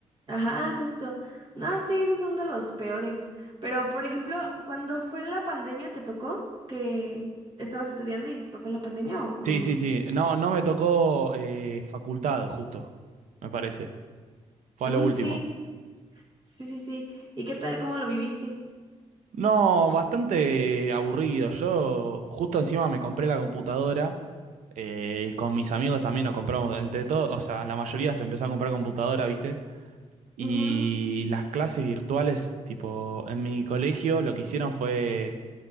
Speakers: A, on the right; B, on the right.
A: Ajá, justo. No, sí, esos son de los peores. Pero, por ejemplo, cuando fue la pandemia, ¿te tocó que estabas estudiando y tocó la pandemia o no,
B: Sí,
A: no?
B: sí, sí. No, no me tocó eh, facultad, justo, me parece. Fue
A: Mm,
B: a lo último.
A: sí, sí, sí, sí. ¿Y qué tal? ¿Cómo lo viviste?
B: No, bastante aburrido. Yo justo encima me compré la computadora eh, y con mis amigos también nos compramos, entre todos, o sea, la mayoría se empezó a comprar computadora, ¿viste? Y
A: Ujú,
B: las clases virtuales, tipo, en mi colegio lo que hicieron fue,